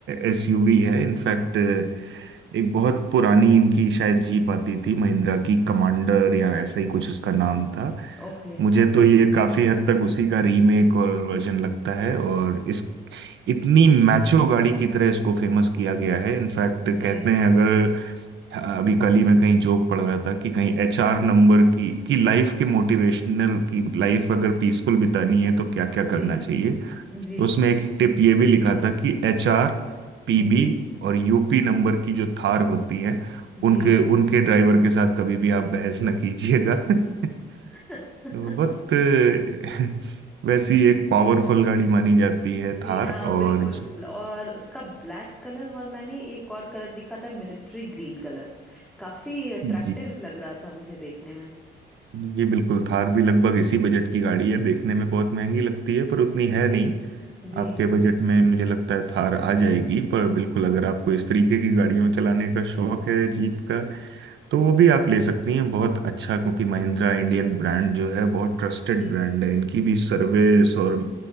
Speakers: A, on the right; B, in the centre.
A: एसयूवी है इनफैक्ट एक बहुत पुरानी इनकी शायद जीप आती थी महिंद्रा की कमांडर या ऐसा ही कुछ उसका नाम था
B: ओके
A: मुझे तो ये काफी हद तक उसी का रीमेक और वर्जन लगता है और इस इतनी मैचो गाड़ी की तरह इसको फेमस किया गया है इनफैक्ट
B: जी
A: कहते हैं अगर हाँ, अभी कल ही मैं कहीं जोक पढ़ रहा था कि कहीं एचआर नंबर की कि लाइफ के मोटिवेशनल की लाइफ अगर पीसफुल बितानी है तो क्या क्या
B: जी
A: करना चाहिए
B: जी
A: तो उसमें एक टिप ये भी लिखा था कि एचआर पीबी
B: जी
A: और यूपी नंबर की जो थार होती हैं
B: जी
A: उनके उनके ड्राइवर के साथ कभी भी आप बहस न कीजिएगा <laughs>
B: <laughs>
A: बहुत अ, वैसी एक पावरफुल गाड़ी मानी जाती है
B: जी
A: थार
B: हाँ
A: और
B: बिल्कुल और उसका ब्लैक कलर और मैंने एक और कलर दिखा था मिलिट्री ग्रीन कलर काफी अट्रैक्टिव
A: जीप
B: लग रहा था मुझे देखने में
A: जी बिल्कुल थार भी लगभग इसी बजट की गाड़ी है देखने में बहुत महंगी लगती है पर उतनी है
B: जी
A: नहीं
B: जी
A: आपके बजट में मुझे लगता है थार आ जाएगी पर बिल्कुल अगर आपको इस तरीके की गाड़ियों चलाने का शौक है जीप का तो वो भी आप ले सकती हैं बहुत अच्छा क्योंकि महिंद्रा इंडियन ब्रांड जो है बहुत ट्रस्टेड
B: जी
A: ब्रांड है इनकी भी सर्विस और